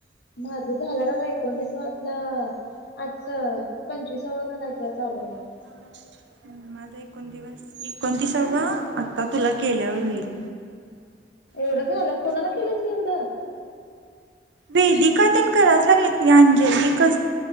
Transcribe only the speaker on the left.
माझं झालं आता एकोणतीस वातला आजच पंचवीसावा का काय तर
चालू आहे
एवढं
का आलात कोणाला केलीस ग येवढं?